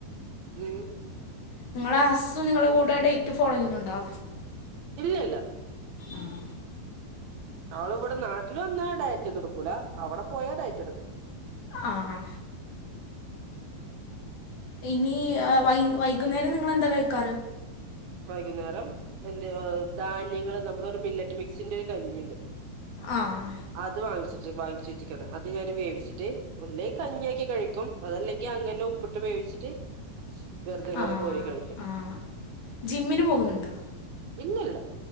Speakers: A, on the right; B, on the left.
A: ഉം
B: നിങ്ങളെ ഹസ് നിങ്ങളുടെ കൂടെ ഡേറ്റ് ഫോളോ ചെയ്യുന്നുണ്ടോ
A: ഇല്ലില്ല
B: ആഹ്
A: ആള് ഇവിടെ നാട്ടിൽ വന്ന ഡയറ്റ ഒന്നും എടുക്കൂല അവിടെ പോയാ ഡയറ്റ് എടുക്കും
B: ആഹ് ഇനി വൈ വൈകുന്നേരം നിങ്ങെന്താ കഴിക്കാറ്
A: വൈകുന്നേരം എന്ത ധാന്യങ്ങള് നമ്മുടെ ഒരു മില്ലറ്റ് മിക്സിന്റെ ഒരു കഞ്ഞിുണ്ട്
B: ആഹ്
A: അത് വാങ്ങിച്ചിട്ട് വാങ്ങിച്ചു വേച്ചിക്കാണ് അത് ഞാന് വേവിച്ചിട്ട് ഒല്ലേ കഞ്ഞിയാക്കി കഴിക്കും അതല്ലെങ്കി അങ്ങനെ ഉപ്പിട്ട് വേവിച്ചിട്ട് വെറുതെങ്ങനെ
B: ആ
A: കോരി കഴിക്കു
B: ആ ജിമ്മിന് പോകുന്നുണ്ടോ
A: ഇല്ലില്ല